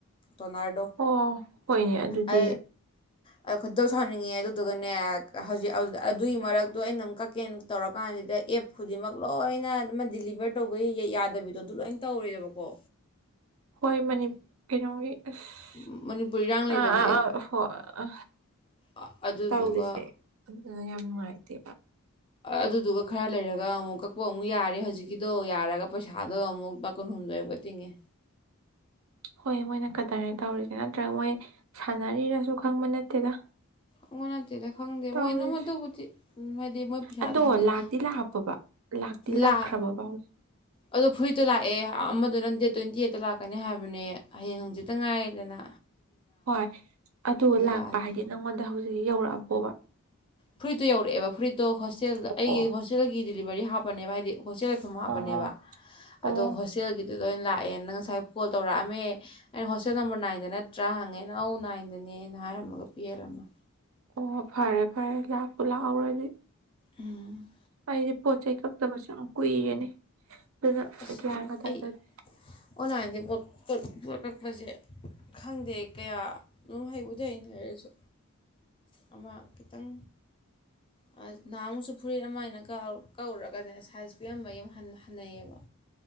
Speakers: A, on the left; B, on the right.
A: ꯇꯣꯅꯔꯗꯣ
B: ꯑꯣ ꯍꯣꯏꯅꯦ ꯑꯗꯨꯗꯤ
A: ꯑ ꯑꯩ ꯈꯣꯗꯧ ꯁꯥꯎꯅꯤꯡꯉꯦ ꯑꯗꯨꯗꯨꯒꯅꯦ ꯍꯧꯖꯤꯛ ꯑꯗꯨꯒꯤ ꯃꯔꯛꯇꯣ ꯑꯩꯅ ꯑꯃꯨꯛ ꯀꯛꯀꯦꯟ ꯇꯧꯔꯀꯥꯟꯁꯤꯗ ꯑꯦꯞ ꯈꯨꯗꯤꯡꯃꯛ ꯂꯣꯏ ꯂꯣꯏꯅꯃ ꯗꯤꯂꯤꯚꯔ ꯇꯧꯕꯒꯤ ꯌꯥꯗꯕꯤꯗꯣ ꯑꯗꯨ ꯂꯣꯏ ꯇꯧꯔꯤꯕꯀꯣ
B: ꯍꯣꯏ ꯃꯅꯤ ꯀꯩꯅꯣꯒꯤ ꯑꯁ
A: ꯃꯅꯤꯄꯨꯔ ꯏꯔꯥꯡ ꯂꯩꯕꯒꯤ
B: ꯑ ꯑ ꯑ ꯍ ꯑ
A: ꯑ- ꯑꯗꯨꯗꯨꯒ
B: ꯇꯧꯔꯤꯁꯦ ꯑꯗꯨꯗꯨꯅ ꯌꯥꯝ ꯅꯨꯡꯉꯥꯏꯇꯦꯕ
A: ꯑꯗꯨꯗꯨꯒ ꯈꯔ ꯂꯩꯔꯒ ꯑꯃꯨꯛ ꯀꯛꯄ ꯑꯃꯨꯛ ꯌꯥꯔꯦ ꯍꯧꯖꯤꯛ ꯀꯤꯗꯣ ꯌꯥꯔꯒ ꯄꯩꯁꯥꯗꯣ ꯑꯃꯨꯛ ꯃꯥ ꯀꯨꯟꯍꯨꯝꯗꯣꯏ ꯑꯃꯨꯛꯀ ꯇꯤꯡꯉꯦ
B: ꯍꯣꯏ ꯃꯣꯏꯅ ꯀꯠꯇꯔ ꯇꯧꯔꯤꯁꯦ ꯅꯠꯇ꯭ꯔꯒ ꯃꯣꯏ ꯁꯥꯟꯅꯔꯤꯔꯁꯨ ꯈꯪꯕ ꯅꯠꯇꯦꯗ
A: ꯑꯩꯉꯣꯟ ꯅꯠꯇꯦꯗ ꯈꯪꯗꯦ
B: ꯇꯧꯔꯤꯁꯦ
A: ꯃꯣꯏꯅꯨꯝ ꯑꯗꯨꯕꯨꯗꯤ ꯃꯣꯏꯗꯤ ꯃꯣꯏ ꯄꯩꯁꯥꯗꯣ
B: ꯑꯗꯣ
A: ꯍꯟꯖꯤꯂ
B: ꯂꯥꯛꯇꯤ ꯂꯥꯛꯄꯕ ꯂꯥꯛꯇꯤ ꯂꯥꯛꯈ꯭ꯔꯕꯕ
A: ꯂꯥꯛ
B: ꯍꯧꯖꯤꯛ
A: ꯑꯗꯣ ꯐꯨꯔꯤꯠꯇꯣ ꯂꯥꯛꯑꯦ ꯑꯃꯗꯨꯅ ꯗꯦꯠ ꯇ꯭ꯋꯦꯟꯇꯤ ꯑꯩꯠꯇ ꯂꯥꯛꯀꯅꯤ ꯍꯥꯏꯕꯅꯦ ꯍꯌꯦꯡ ꯍꯪꯖꯤꯠꯇ ꯉꯥꯏꯔꯦꯗꯅ
B: ꯍꯣꯏ ꯑꯗꯨ ꯂꯥꯛꯄ
A: ꯂꯥꯛꯑꯅꯤ
B: ꯍꯥꯏꯗꯤ ꯅꯪꯉꯣꯟꯗ ꯍꯧꯖꯤꯛ ꯌꯧꯔꯛꯑꯕꯣꯕ
A: ꯐꯨꯔꯤꯠꯇꯣ ꯌꯧꯔꯛꯑꯦꯕ ꯐꯨꯔꯤꯠꯇꯣ ꯍꯣꯁꯇꯦꯜꯗ
B: ꯑꯣ
A: ꯑꯩꯒꯤ ꯍꯣꯁꯇꯦꯜꯒꯤ ꯗꯤꯂꯤꯚꯔꯤ ꯍꯥꯞꯄꯅꯦꯕ ꯍꯥꯏꯗꯤ ꯍꯣꯁꯇꯦꯜ ꯂꯩꯐꯝ ꯍꯥꯞꯄꯅꯦꯕ
B: ꯑꯣ ꯑꯣ
A: ꯑꯗꯣ ꯍꯣꯁꯇꯦꯜꯒꯤ ꯑꯗꯨꯗꯣꯏ ꯑꯣꯏꯅ ꯂꯥꯛꯑꯦ ꯅꯪ ꯉꯁꯥꯏ ꯀꯣꯜ ꯇꯧꯔꯛꯑꯝꯃꯦ ꯑꯩꯅ ꯍꯣꯁꯇꯦꯜ ꯅꯝꯕꯔ ꯅꯥꯏꯟꯗ ꯅꯠꯇ꯭ꯔꯥ ꯍꯪꯉꯦ ꯑꯩꯅ ꯑꯧ ꯅꯥꯏꯟꯗꯅꯤ ꯅꯦꯅ ꯍꯥꯏꯔꯝꯃꯒ ꯄꯤꯍꯜꯂꯝꯃꯦ
B: ꯑꯣ ꯐꯔꯦ ꯐꯔꯦ ꯂꯥꯛꯄꯨ ꯂꯥꯛꯍꯧꯔꯗꯤ
A: ꯎꯝ
B: ꯑꯩꯗꯤ ꯄꯣꯠ ꯆꯩꯩ ꯀꯛꯇꯕꯁꯨ ꯌꯥꯝ ꯀꯨꯏꯔꯦꯅꯦ ꯑꯗꯨꯅ ꯑꯩ
A: ꯑꯁ
B: ꯒꯌꯥꯟꯒ ꯊꯥꯖꯗꯦ
A: ꯑꯩ ꯑꯣꯟꯂꯥꯏꯟꯗꯩ ꯄꯣꯠ ꯄꯣꯠ ꯄꯣꯠ ꯀꯛꯄꯁꯦ ꯈꯪꯗꯦ ꯀꯌꯥ ꯅꯨꯡ ꯍꯩꯕꯨꯗꯤ ꯍꯩꯅꯔꯁꯨ ꯑꯃ ꯈꯤꯇꯪ ꯑ ꯅꯍꯥꯃꯨꯛꯁꯨ ꯐꯨꯔꯤꯠ ꯑꯃ ꯑꯩꯅ ꯀꯥꯎ ꯀꯛꯎꯔꯒꯅꯦ ꯁꯥꯏꯖ ꯄꯤꯔꯝꯕ ꯑꯝ ꯍꯟ ꯍꯟꯅꯩꯌꯦꯕ